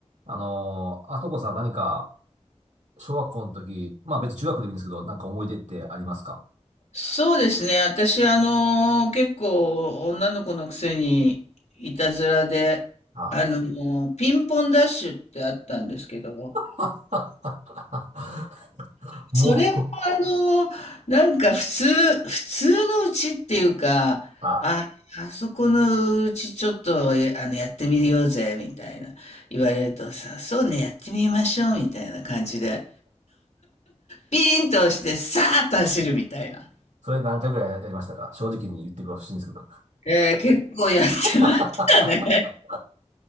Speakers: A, on the right (about 85°); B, on the left (about 75°).
A: あのーあそこさん何か、小学校の時、まあ別に中学でもいいんですけど、なんか思い出ってありますか
B: そうですね。私、あの、結構女の子のくせにいたずらで、
A: あ、
B: あの、ピンポンダッシュってあったんですけど、
A: はあ <laughs> もう、
B: それもあの、なんか普通、普通のうちっていうか、
A: あ、
B: あ、あそこのうちちょっと、えあの、やってみようぜ、みたいな言われるとさ、そうね、やってみましょう、みたいな感じで、ピーンと押して、さーっと走るみたいな。
A: それ何回ぐらいやりましたか正直に言ってほしいんですけど。
B: えー結構やってましたね。
A: <laughs> は